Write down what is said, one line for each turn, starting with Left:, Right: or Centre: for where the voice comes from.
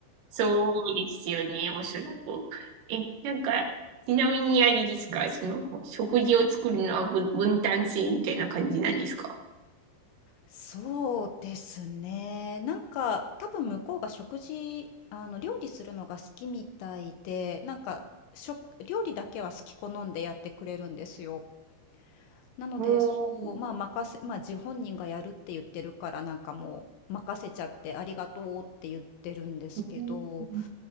Right: そうですよね、おそらく。え、なんか、ちなみにあれですか、その、食事を作るのは分、分担制みたいな感じなんですか
Left: そうですね。なんか、多分向こうが食事、あの、料理するのが好きみたいで、なんか、食料理だけは好き好んでやってくれるんですよ。なので、
Right: お
Left: そう、
Right: ー
Left: まあ、任せ、まあ、自本人がやるって言ってるから、なんかもう、任せちゃって、ありがとうって言ってるんですけど、
Right: うん